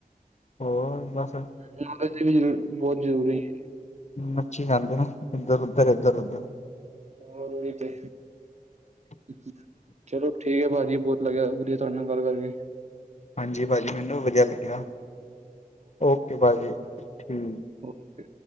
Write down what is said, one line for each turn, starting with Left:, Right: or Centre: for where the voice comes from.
Left: ਹੋਰ ਬਸ
Right: ਨੌਲੇਜ ਵੀ ਬਹੁਤ ਜ਼ਰੂਰੀ ਹੈ
Left: ਨੱਚੀ ਜਾਂਦੇ ਨੇ ਇੱਧਰ ਉੱਧਰ, ਇੱਧਰ ਉੱਧਰ
Right: ਹਾਂ ਨੜ ਤੇ <unintelligible> ਚਲੋ ਠੀਕ ਹੈ ਭਾਜੀ ਬਹੁਤ ਲੱਗਿਆ ਵਧੀਆ ਤੁਹਾਡੇ ਨਾਲ ਗੱਲ ਕਰਕੇ
Left: ਹਾਂਜੀ ਭਾਜੀ ਮੈਨੂੰ ਵੀ ਵਧੀਆ ਲੱਗਿਆ ਓਕੇ ਭਾਜੀ ਠੀਕ
Right: ਓਕੇ